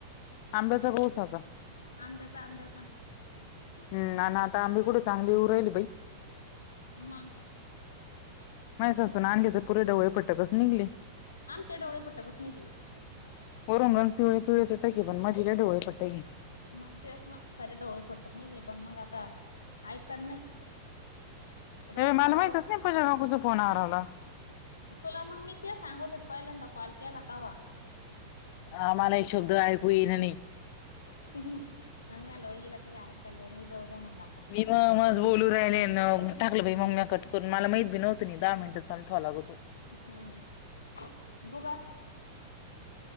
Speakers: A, on the left; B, on the left.
A: आंब्याचा का ऊसाचा?
B: आंब्याचा आंब्याचा.
A: हम् आणि आता आम्ही कुठं चांगली होऊन राहिली बाई
B: मा.
A: माझ्या सासून आणली तर पुरे ढवळे पट्ट कस निघले.
B: आमचे डोळे फट्ट कस निघले
A: वरूनच पिवळे पिवळे सुट की पण मधी लय ढवळे पटली.
B: मग तेच ना सारे ढवळे पट निघले. पण मग आता आहे का नाही. रस
A: हे मला
B: कर
A: माहीतच
B: रस
A: नाही, पूजा काकूंचा फोन हरवला.
B: तुला मग मी तेच सांगत होते, पहिल्यांदा कॉल केला तेव्हा.
A: हा आम्हाला एक शब्द ऐकू इणा नाही.
B: <inaudible> हा हॅलो इला काही ऐकाल ईना जाऊ द्या म्हणला आता
A: मी म माज बोलू राहिले न, टाकलं बाई मं म्या कट करून, मला माहीत बी नव्हतं दहा मिनिटं चालू ठेवा लागतो.
B: हम्म बुगा